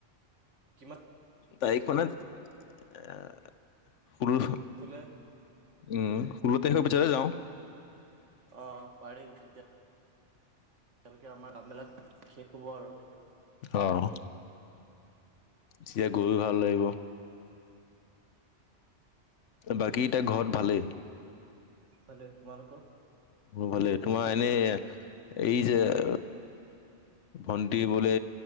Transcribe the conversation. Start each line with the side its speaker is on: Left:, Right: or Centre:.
Right: কিমান-
Left: তাৰিখ মানেত এ শুলো থোন।
Right: কলে
Left: উম ষোল্ল তাৰিখৰ পিছতে যাওঁ।
Right: অঁ অ‍ঁ পাৰি তেতিয়া তিয়ালৈকে আমাৰ কামবিলাক শেষ হ'ব আৰু।
Left: অ অঁ' থিয়ে গৈও ভাল লাগিব। বাকী এতিয়া ঘৰত ভালেই।
Right: ভালেই তোমালোকৰ?
Left: মো ভালেই তোমা এনেই এই যে- ভন্টি বোলে